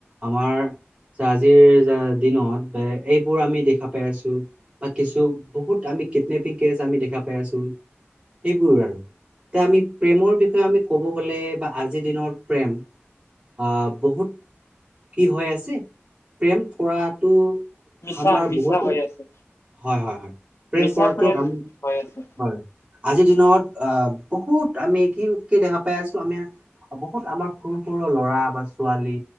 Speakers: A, on the right (about 25°); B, on the left (about 80°).
A: আমাৰ যা আজিৰ যা দিনত বা এইবোৰ আমি দেখা পাই আছো। বা কিছু বহুত আমি কিডনেপিং কেছ আমি দেখা পাই আছো সেইবোৰ আৰু, এতিয়া আমি প্ৰেমৰ বিষয়ে আমি ক'ব গলে বা আজিৰ দিনৰ প্ৰেম আহ বহুত কি হৈ আছে, প্ৰেম কৰাটো
B: মিছা
A: আমাৰ
B: মিছা
A: বহুতে
B: হৈ আছে।
A: হয়, হয়, হয়। প্ৰেম
B: মিছা
A: কৰাটো আমি
B: হৈ আছে
A: হয়, আজিৰ দিনত অ বহুত আমি কি কি দেখা পাই আছো আমি বহুত আমাৰ সৰু-সৰু ল'ৰা বা ছোৱালী